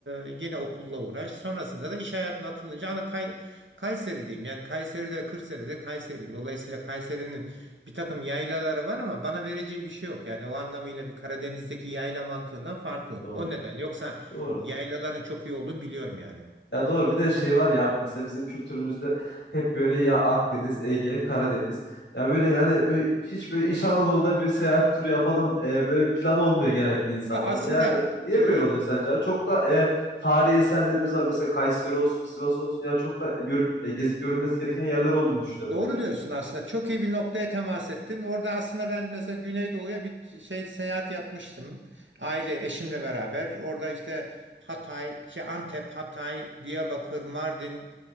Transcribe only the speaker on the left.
Doğru.
Doğru.
Ya doğru bir de şey var ya abi mesela bizim kültürümüzde <laughs> hep böyle ya Akdeniz, Ege, Karadeniz. Ya böyle yani böyle hiç böyle İç Anadolu'da bir seyahat turu yapalım e, böyle bir plan olmuyor genellikle insanlarda.
Yani niye
böyle oluyor sence abi? Çok da e, tarihi eserlerimiz var mesela Kayseri olsun, Sivas olsun yani çok da görüp e, gezip görülmesi gereken yerler olduğunu düşünüyorum
ben yani.